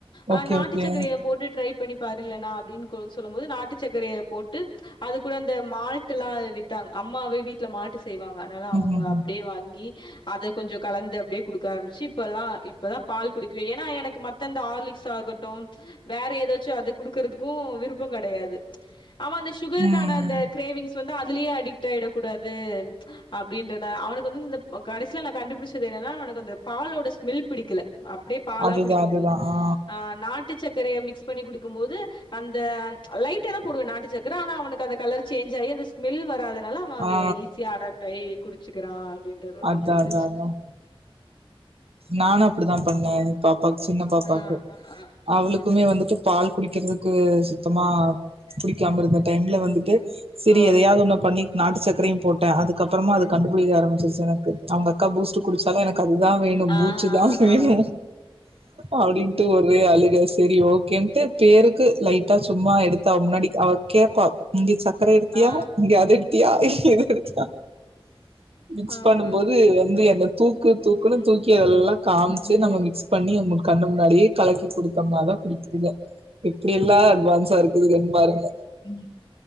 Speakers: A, on the right (about 80°); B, on the left (about 55°).
A: ஓகே
B: அ நாட்டு
A: ஓகே.
B: சக்கரைய போட்டு ட்ரை ட்ரை பண்ணி பாரு இல்லனா அப்பின்னு க சொல்லும் போது நாட்டு சக்கரய போட்டு அது கூட இந்த மால்ட்டுல்லா வித்தாங்க அம்மாவே வீட்ல மால்ட்டு ஸ் செய்வாங்க அனால
A: ம்ஹ்ஹ்ம்.
B: அவங்க அப்டியே வாங்கி அத கொஞ்சோ கலந்து அப்டியே குடுக்க ஆரம்பிச்சு இப்பெல்லா இப் இப்பதா பால் குடிக்குவே ஏனா எனக்கு மத்த இந்த ஆர்லிக்ஸ் ஆகட்டும் வேற ஏதாச்சு அது குடுக்குறதுக்கு விருப்போ கெடையாது ஆமா அந்த சுகருக்கான
A: ம்.
B: அந்த கிரேவிங்ஸ் வந்து அதுலயே அடிக்ட் ஆயிடக் கூடாது அப்டின்றதா அவனுக்கு வந்து இந்த கடைசியில நா கண்டுபிடிச்சது என்னன்னா அவனுக்கு அந்த பாலோட ஸ்மெல் பிடிக்கல அப்டியே பாலா
A: அதுதான்
B: குடிக்கும்
A: அதுதான்.
B: போது
A: ஆ.
B: ஆ நாட்டு சக்கரைய மிக்ஸ் பண்ணி குடுக்கும் போது அந்த லைட்டா தா போடுவே நாட்டு சக்கர ஆனா அவனுக்கு அந்த கலர் சேஞ்ச் ஆகி அந்த ஸ்மெல் வராததுனால அத
A: ஆ.
B: ஈஸியா அடாப்ட் ஆகி குடிச்சுக்கிறா அப்படின்றத் மட்டு
A: அதான்
B: தெரிஞ்சுச்சு
A: அதான் அதான். நானு அப்டித்தா பண்ணே பாப்பாக்கு சின்ன பாப்பாக்கு
B: ஆ அ அ
A: அவளுக்குமே
B: அ அ
A: வந்துட்டு பால் குடிக்கிறதுக்கு சுத்தமா புடிக்காம இருந்த டைம்ல வந்துட்டு சேரி
B: ஓ
A: எதையாவது
B: சரி
A: ஒன்னு பண்ணி நாட்டு சக்கரையு போட்டே அதுக்கப்பறமா அது கண்டுபிடிக்க ஆரம்பிச்சிருச்சு எனக் கு அவங்க அக்கா பூஸ்ட் குடிச்சாலு எனக்கு அதுதா வேணு
B: ஆ
A: பூச்சு தா வேணு
B: ஆ ஆ
A: அப்டின்ட்டு ஒ ரே அழுக செரி ஓகேன்ட்டு பேருக்கு லைட்டா சும்மா எடுத்து அவ முன்னாடி அவ கேப்பா இங்க சக்கரை எடுத்தியா
B: ஆ ஆ
A: இங்க அது எடுத்தியா இல்ல இது எடுத்தியா மிக்ஸ்
B: ஆ.
A: பண்ணும் போது வந்து என்ன தூக்கு தூக்குன்னு
B: ம்
A: தூக்கி அதெல்லா காமிச்சு
B: ம் ம்
A: நம்ம மிக்ஸ் பண்ணி அவங்க கண்ணு முன்னாடியே கலக்கி குடுத்தோம்னாதா குடிக்குதுங்க எப்புடி எல்லா அட்வான்ஸா இருக்குதுகன்னு பாருங்க
B: ம்